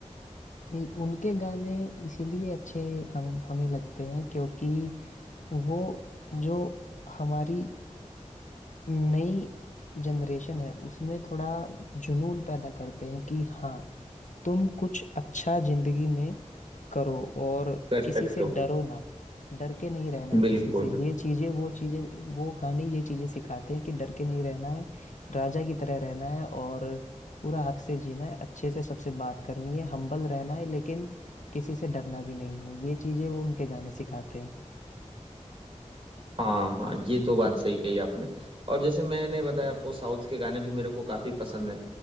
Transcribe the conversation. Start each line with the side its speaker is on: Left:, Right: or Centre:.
Left: नहीं उनके गाने इसीलिए अच्छे हम हमें लगते हैं क्योंकि वो जो हमारी नई जनरेशन है उसमें थोड़ा जुनून पैदा करते हैं कि हाँ तुम कुछ अच्छा जिंदगी में करो और
Right: कर सकते
Left: किसी से
Right: हो
Left: डरो ना डर के नहीं रहना है
Right: बिल्कुल
Left: किसी से ये चीजें वो चीजें वो गाने ये चीजें सिखाते हैं कि डर के नहीं रहना है राजा की तरह रहना है और पूरा हक से जीना है अच्छे से सबसे बात करनी है हम्बल रहना है लेकिन किसी से डरना भी नहीं है ये चीजें वो उनके गाने सिखाते हैं
Right: हाँ हाँ ये तो बात सही कही आपने और जैसे मैंने बताया आपको साउथ के गाने भी मेरे को काफी पसंद है